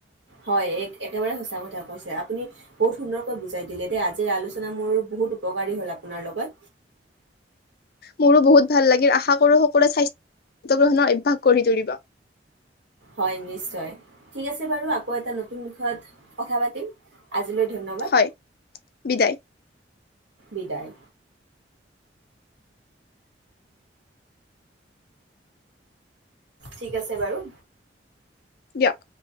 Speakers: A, on the right; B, on the left.
A: হয় এক একেবাৰে সঁচা কথা কৈছে আপুনি বহুত সুন্দৰকৈ বুজাই দিলে দেই আজিৰ আলোচনা মোৰ বহুত উপকাৰী হ'ল আপোনাৰ লগত
B: মোৰো বহুত ভাল লাগিল আশা কৰোঁ সকলোৱৰে স্বাস্থ্য গ্ৰহণৰ অভ্যাস গঢ়ি তুলিব
A: হয় নিশ্চয় ঠিক আছে বাৰু আকৌ এটা নতুন বিষয়ত কথা পাতিম আজিলৈ। ধন্যবাদ
B: হয় বিদায়
A: বিদায় ঠিক আছে বাৰু
B: দিয়ক